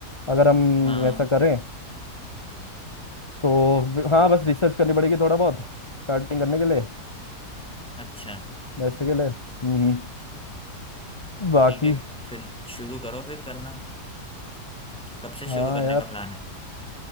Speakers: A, on the left (about 25°); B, in the centre.
A: अगर हम
B: हाँ
A: वैसा करें तो हाँ बस रिसर्च करनी पड़ेगी थोड़ा बहुत स्टार्टिंग करने के लिए
B: अच्छा
A: वैसे के लिए हम्म हम्म। बाकी
B: ठीक है फिर शुरू करो फिर करना कब से
A: हाँ
B: शुरू करने
A: यार
B: का प्लान है